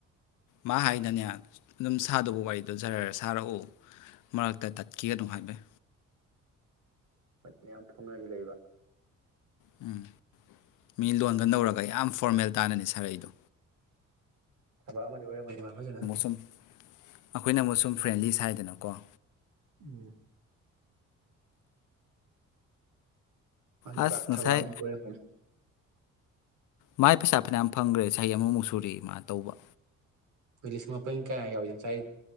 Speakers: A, on the left; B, on the right.
A: ꯃꯥ ꯍꯥꯏꯗꯅꯦ ꯑꯗꯨꯝ ꯁꯥꯗꯧꯕ ꯋꯥꯔꯤꯗꯣ ꯖꯔꯔ ꯁꯥꯔꯛꯎ ꯃꯔꯛꯇ ꯇꯠꯈꯤꯒꯅꯨ ꯍꯥꯏꯕꯩ
B: ꯍꯣꯏ ꯌꯥꯝ ꯊꯨꯅꯒꯤ ꯂꯩꯕ
A: ꯎꯝ ꯃꯤ ꯂꯣꯟꯒ ꯅꯧꯔꯒ ꯌꯥꯝ ꯐꯣꯔꯃꯦꯜ ꯇꯥꯅꯅꯤ ꯁꯥꯔ ꯑꯩꯗꯣ
B: ꯊꯕꯛ ꯑꯃ ꯃꯖ ꯑꯣꯏ ꯃꯥ ꯍꯣꯏꯖꯅ
A: ꯁꯨꯝ ꯑꯩꯈꯣꯏꯅ ꯑꯃꯨꯛ ꯁꯨꯝ ꯐ꯭ꯔꯦꯟꯂꯤ ꯍꯥꯏ ꯍꯥꯏꯗꯅꯀꯣ
B: ꯎꯝ ꯃꯥꯗꯤ
A: ꯑꯁ
B: ꯄꯨꯔꯥ ꯊꯕꯛ
A: ꯉꯁꯥꯏ
B: ꯑꯃ ꯑꯣꯏꯣꯏꯔꯝꯅꯤ
A: ꯃꯥꯏ ꯄꯩꯁꯥ ꯐꯅꯌꯥꯝ ꯐꯪꯈ꯭ꯔꯦ ꯆꯍꯤ ꯑꯃꯃꯨꯛ ꯁꯨꯨꯔ ꯃꯥ ꯇꯧꯕ
B: ꯑꯩꯈꯣꯏ ꯂꯤꯁꯤꯡ ꯃꯥꯄꯟ ꯀꯌꯥ ꯌꯥꯎꯏ ꯉꯁꯥꯏ